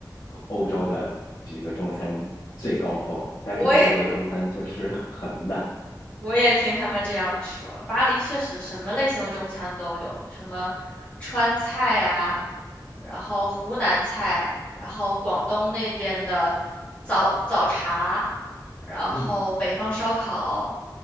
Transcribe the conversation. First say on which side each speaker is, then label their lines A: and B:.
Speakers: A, on the left (about 60°); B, on the left (about 15°).
A: 欧洲的这个中餐最高峰，但是德国的中餐就是
B: 我也
A: <laughs> 很烂。
B: 我也听他们这样说，巴黎确实什么类型的中餐都有，什么川菜啊。然后湖南菜，然后广东那边的早早茶，然后北方烧烤，
A: 嗯。